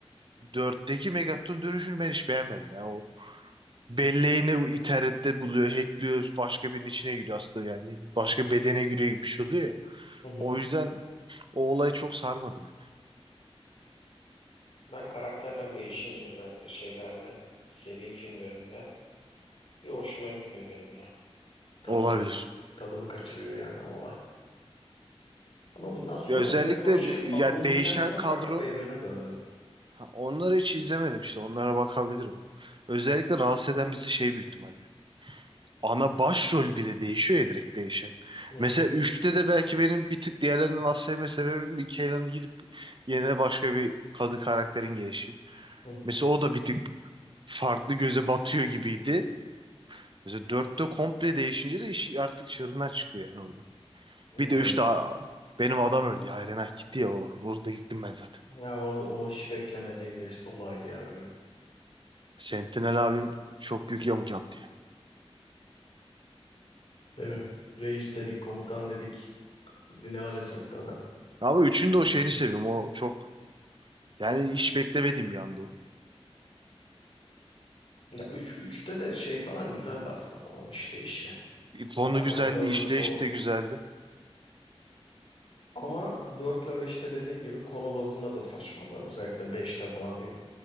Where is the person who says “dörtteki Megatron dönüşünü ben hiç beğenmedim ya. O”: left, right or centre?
Right